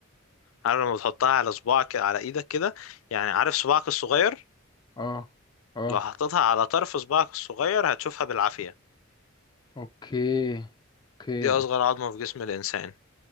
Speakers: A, on the left; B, on the left.
A: عارف لما بتحطها على صباعك على إيدك كده يعني عارف صباعك الصغير
B: آه آه
A: لو حطيتها على طرف صباعك الصغير هتشوفها بالعافية
B: أوكي أوكي
A: دي اصغر
B: أوكي.
A: عظمة في جسم الانسان